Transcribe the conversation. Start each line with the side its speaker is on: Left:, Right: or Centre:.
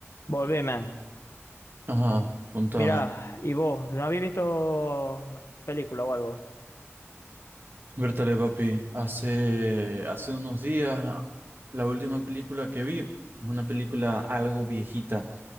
Left: Volvé, man.
Right: Ajá, contame.
Left: Mirá, ¿y vos? ¿No habéis visto no, película o algo?
Right: Bertale, papi, hace, hace unos días la última película que vi es una película algo viejita,